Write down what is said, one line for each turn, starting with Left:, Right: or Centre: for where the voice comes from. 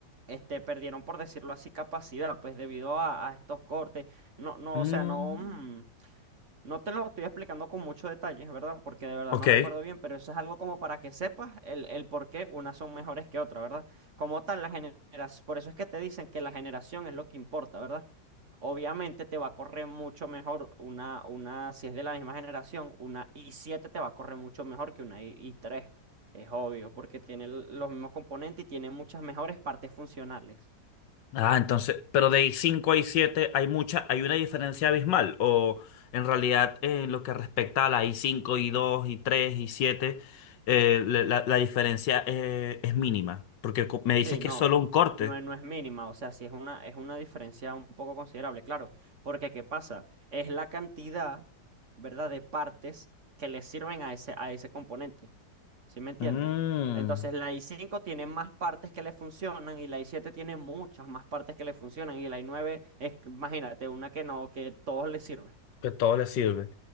Right: este, perdieron, por decirlo así, capacidad, pues debido a, a estos cortes. No, no,
Left: Mm,
Right: o sea, no, mm, no te lo estoy explicando con muchos detalles, ¿verdad? Porque de verdad
Left: ok.
Right: no recuerdo bien, pero eso es algo como para que sepas el, el por qué unas son mejores que otras, ¿verdad? Como tal, la generación, por eso es que te dicen que la generación es lo que importa, ¿verdad? Obviamente te va a correr mucho mejor una, una, si es de la misma generación, una i siete te va a correr mucho mejor que una i- i3. Es obvio, porque tiene l- los mismos componentes y tiene muchas mejores partes funcionales.
Left: Ah, entonces, pero de cinco a siete hay mucha, hay una diferencia abismal. O en realidad, eh, en lo que respecta a la i cinco i dos i tres i siete eh, la, la- la diferencia eh, es mínima. Porque co- me dices
Right: Sí,
Left: que
Right: no,
Left: es solo
Right: no,
Left: un corte.
Right: no, no es no es mínima, o sea, sí es una, es una diferencia un poco considerable, claro, porque ¿qué pasa? Es la cantidad, ¿verdad?, de partes que le sirven a ese, a ese componente. ¿Sí me entiendes?
Left: Mm,
Right: Entonces la i cinco tiene más partes que le funcionan y la i siete tiene muchas más partes que le funcionan y la i nueve es, imagínate, una que no, que todos le sirve,
Left: que todo le sirve.